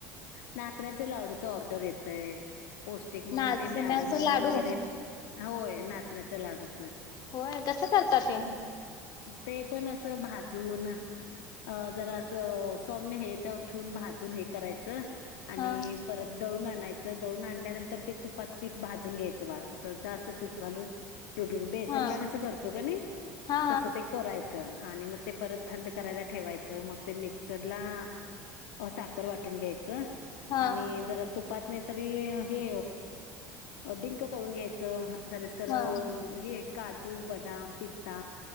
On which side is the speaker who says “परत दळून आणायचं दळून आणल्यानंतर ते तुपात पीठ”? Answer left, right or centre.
Left